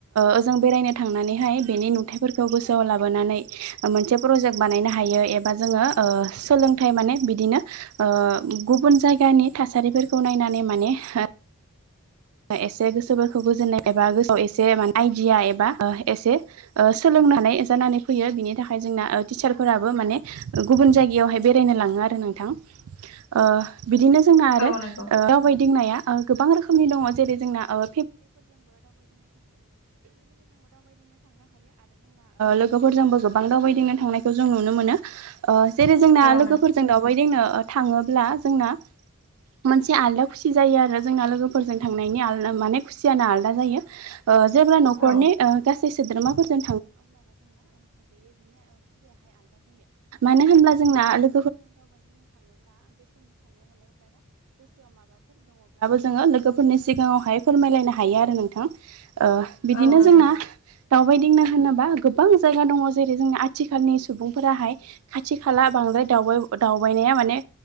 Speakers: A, on the right; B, on the left.
A: ओजों बेरायनो थांनानैहाय बेनि नुथायाइफोरखौ गोसोआव लाबोनानै ओ मोनसे प्रजेक्ट बा बानायनो हायो ए बा जोंङो ओ सोलोंथाइ माने बिदिनो ओ गुबुन जायगानि‌ थासारि फोरखौ नायना नानै माने ओ एसे गोसोफोरखौ गोजोननाय एबा गोसोआव एसे माने आइडिया एबा ओ एसे ओ सोलों <unintelligible> हानाय जानानै फैयो बेनि थाखाय जोंना ओ तिसार फोराबो माने गुबुन जायगायावहाय बे <unintelligible> नो लाङो आरो नोंथां ओ बिदिनो जोंना आरो
B: औ
A: ओ
B: नंगौ
A: दावबायदिंनाया ओ गोबां रोखोमनि दङ' जेरै जोंना ना ओ लोगोफोरजोंबो गोबां दावबायदिंनो थांनायखौ जों नुनो मोनो ओ जेरै जोंना
B: औ
A: लोगोफोरजों
B: नंगौ
A: दावबायदिंनो ओ थाङोब्ला जोंना मोनसे आलदा खुसि जायो आरो जोंना लोगोफोरजों थांनायनि आलदा माने खुसिआनो आलदा जायो सोद्रोमाफोरजों
B: औ
A: आ लो जोंङो लोगो फोरनि सिगाङावहाय फोरमायलायनो हायो आरो नोंथां ओ बिदिनो
B: औ नंगौ
A: जोंना दावबायदिंनो <unintelligible> दावबायनाया माने